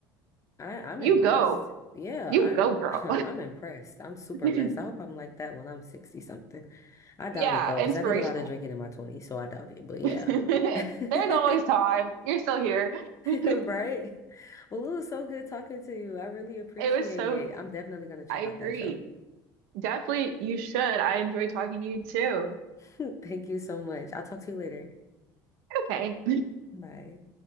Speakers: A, on the left (about 30°); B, on the right (about 75°).
A: I I'm
B: you
A: impressed.
B: go,
A: Yeah,
B: you
A: I'm
B: go, girl.
A: <laughs> I'm impressed. I'm super
B: <laughs>
A: impressed. I hope I'm like that when I'm 60 something. I doubt
B: Yeah,
A: it though,
B: inspirational.
A: because I did a lot of drinking in my 20s, so I doubt it.
B: <laughs>
A: But yeah.
B: There's
A: <laughs>
B: always time. You're still here. <laughs>
A: Right? Well, it was so good talking to you. I really appreciate
B: It was so,
A: it. I'm definitely gonna check
B: I agree.
A: out that show.
B: Definitely you should. I enjoy talking to you too.
A: <laughs> Thank you so much. I'll talk to you later.
B: Okay.
A: Bye.